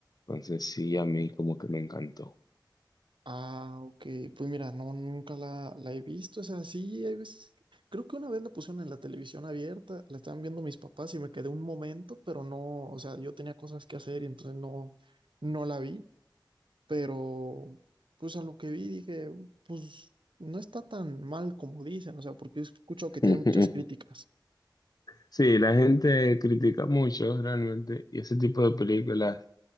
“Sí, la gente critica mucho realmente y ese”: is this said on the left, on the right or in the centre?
Left